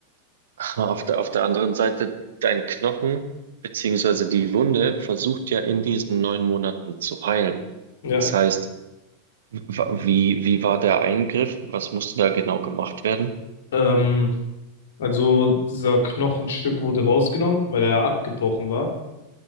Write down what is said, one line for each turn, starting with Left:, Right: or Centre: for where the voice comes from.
Right: Auf der, auf der anderen Seite, dein Knochen beziehungsweise die Wunde versucht ja in diesen neun Monaten zu heilen.
Left: Ja.
Right: Das heißt, wa- wie, wie war der Eingriff? Was musste da genau gemacht werden?
Left: Ähm, also dieser Knochenstück wurde rausgenommen, weil er abgebrochen war.